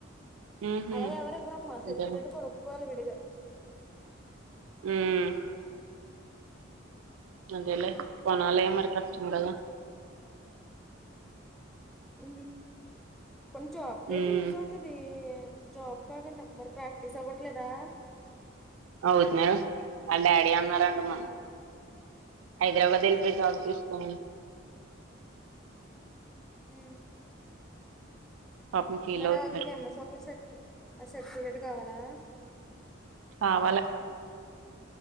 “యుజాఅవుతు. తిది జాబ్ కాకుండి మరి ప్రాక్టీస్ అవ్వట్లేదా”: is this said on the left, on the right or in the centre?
Centre